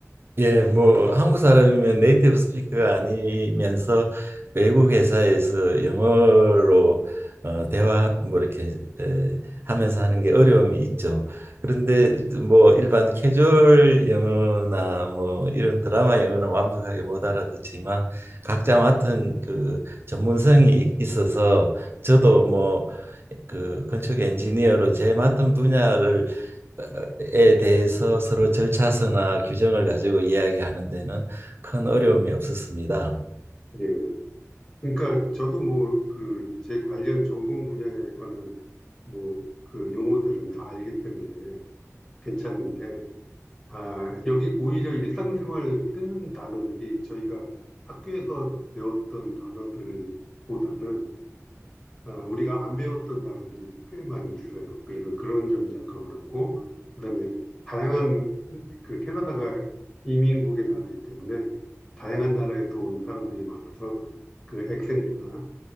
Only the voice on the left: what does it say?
예. 그러니까 저도 뭐 그 제 관련 전공 분야에 관한 뭐 그 용어들은 다 알기 때문에 괜찮은데 아, 여기 오히려 일상생활 쓰는 단어들이 저희가 학교에서 배웠던 단어들보다는 아, 우리가 안 배웠던 단어들이 꽤 많이 있어요. 그래서 그런 점이 약간 어렵고 그다음에 다양한 그 캐나다가 이민국의 나라이기 때문에 다양한 나라에서 온 사람들이 많아서 그 액센트나